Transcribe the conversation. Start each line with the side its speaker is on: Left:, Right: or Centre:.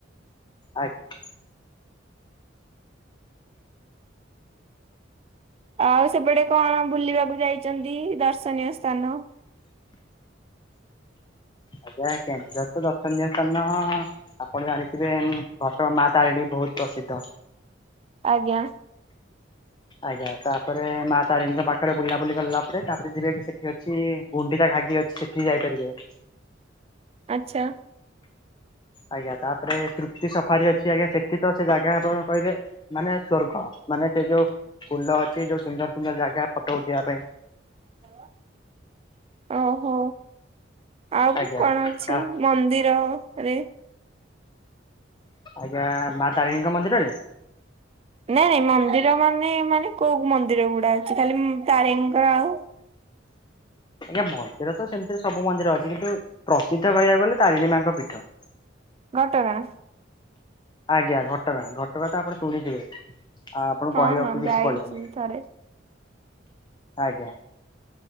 Left: ଆଜ୍ଞା।
Right: ଆଉ ସେପଟେ କଣ ବୁଲିବାକୁ ଯାଇଚନ୍ତି ଦର୍ଶନୀୟ ସ୍ଥାନ।
Left: ଆଜ୍ଞା କେନ୍ଦୁଝର ତ ଦର୍ଶନୀୟ ସ୍ଥାନ ଆପଣ ଜାଣିଥିବେ ଘଟ ଗାଁ ମାତାରିଣୀ ବହୁତ। ପ୍ରସିଦ୍ଧ।
Right: ଆଜ୍ଞା।
Left: ଆଜ୍ଞା ତାପରେ ମା ତାରିଣୀଙ୍କ ପାଖରେ ବୁଲାବୁଲି କଲା ପରେ ତାପରେ ଯିବେ ସେଠି ଅଛି ଗୁଣ୍ଡିଚା ଘା ଘାଗି ଅଛି ସେଠିକି ଯାଇପାରିବେ।
Right: ଆଚ୍ଛା।
Left: ଆଜ୍ଞା ତାପରେ ତୃପ୍ତି ସଫାରି ଅଛି ଆଜ୍ଞା ସେଠି ତ ସେ ଜାଗା ଆପଣ କହିବେ ମାନେ ସ୍ୱର୍ଗ। ମାନେ ସେ ଯୋଉ ଫୁଲ ଅଛି ଯୋଉ ସୁନ୍ଦର ସୁନ୍ଦର ଜାଗା ଫଟୋ ଉଠେଇବା ପାଇଁ।
Right: ହଁ <inaudible> ଓହୋ ଆଉ
Left: ଆଜ୍ଞା
Right: କଣ ଅଛି
Left: ତା
Right: ମନ୍ଦିର ରେ।
Left: ଆଜ୍ଞା ମା ତାରିଣୀଙ୍କ ମନ୍ଦିରରେ।
Right: ନାଇଁ ନାଇଁ ମନ୍ଦିର ମାନେ ମାନେ କୋଉ ମନ୍ଦିର ଗୁଡା ଅଛି ଖାଲି ତାରିଣୀଙ୍କର ଆଉ
Left: ଆଜ୍ଞା ମନ୍ଦିର ତ ସେମିତିରେ ସବୁ ମନ୍ଦିର ଅଛି କିନ୍ତୁ ପ୍ରସିଦ୍ଧ କହିବାକୁ ଗଲେ ତାରିଣୀ ମାଙ୍କ ପୀଠ।
Right: ଘଟ ଗାଁ।
Left: ଆଜ୍ଞା ଘଟଗାଁ ଘଟଗାଁ ତ ଆପଣ ଶୁଣିଥିବେ। ଆ ଆପଣଙ୍କୁ
Right: ହଁ
Left: କହିବାକୁ
Right: ହଁ
Left: କିଛି
Right: ଯାଇଛି
Left: ପଡିବନି।
Right: ଥରେ।
Left: ଆଜ୍ଞା।